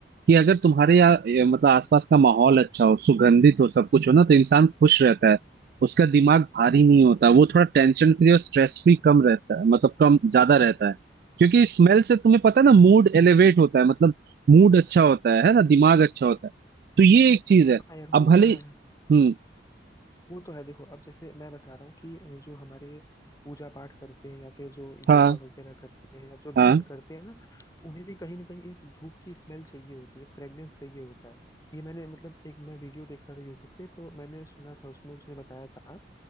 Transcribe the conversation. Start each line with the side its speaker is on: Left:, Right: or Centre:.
Right: कि अगर तुम्हारे यहाँ ये, मतलब आसपास का माहौल अच्छा हो सुगंधित हो सब कुछ हो ना तो इंसान खुश रहता है उसका दिमाग भारी नहीं होता वो थोड़ा टेंशन फ्री और स्ट्रेस फ्री कम रहता है मतलब कम ज्यादा रहता है क्योंकि स्मेल से तुम्हें पता है ना मूड एलिवेट होता है मतलब मूड अच्छा होता है है ना दिमाग अच्छा होता है तो ये एक चीज है
Left: हाँ यार वो
Right: अब भले
Left: तो है
Right: हम्म
Left: वो तो है देखो अब जैसे मैं बता रहा हूँ कि जो हमारे पूजा पाठ करते हैं या फिर जो
Right: हाँ
Left: योगा वगैरह करते हैं या जो ध्यान
Right: हाँ
Left: करते हैं ना तो उन्हें भी कहीं ना कहीं एक धूप की स्मेल चाहिए होती है एक फ्रेग्रेंस चाहिए होता है ये मैंने मतलब एक मैं वीडियो देख रहा था यूट्यूब पे तो मैंने सुना था उसमें उसने बताया था